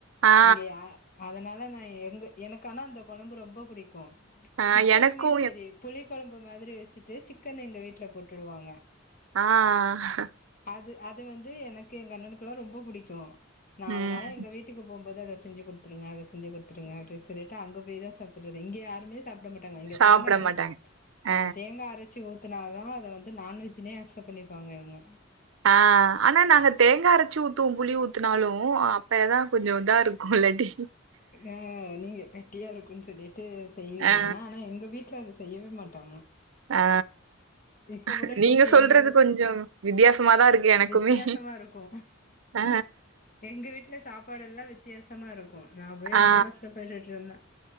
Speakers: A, on the right; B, on the left.
A: ஆ
B: இங்க யா அதனால நா எங்க எனக்கு ஆனா அந்த கொழம்பு ரொம்ப புடிக்கு
A: ஆ
B: சிக்குனுமே
A: எனக்கு
B: செரி புளி கொழம்பு மாதிரி வச்சுட்டு சிக்கன் எங்க வீட்ல போட்டுடுவாங்க
A: ஆ ஆ
B: அது அது வந்து எனக்கு எங்க அண்ணனுக்குலா ரொம்ப புடிக்கு நா
A: ம்
B: அதனால எங்க வீட் ட்டுக்கு போம்போது அத செஞ்சு குடுத்துருங்க அத செஞ்சு குடுத்துருங்க அப்டி சொல்லிட்டு அங்க போய் தா சாப்புர்றது இங்க யாருமே சாப்ட மாட்டாங்க இங்க
A: சாப்ட
B: தேங்கா அரைச்சி
A: மாட்டாங்க ஆ
B: தேங்கா அரைச்சி ஊத்துனாதா அத வந்து நான் வெஜ்னே அக்சப்ட் பண்ணிப்பாங்க இவங்க
A: ஆ ஆனா நாங்க தேங்கா அரைச்சு ஊத்துவோ புளி ஊத்துனாலு அப்பதா கொஞ்சோ இதாருக்கு இல்லாட்டி
B: ஆ நீங்க கெட்டியா இருக்குன் சொல்லிட்டு செய்வீங்க
A: ஆ
B: ஆனா எங்க வீட்ல அது செய்யவே மாட்டாங்க
A: ஆ
B: இப்ப
A: ஆ
B: கூட நேத்து
A: நீங்க சொல்றது
B: எங்கயோ
A: கொஞ்சோ வித்யாசமாதா இருக்கு எனக்குமே
B: வித்தியாசமா இருக்கு
A: அ
B: எங்க வீட்ல சாப்பாடெல்லா வித்தியாசமா இருக்கு நா போய்
A: ஆ
B: ரொம்ப கஷ்டப்பட்டுட்ருந்தே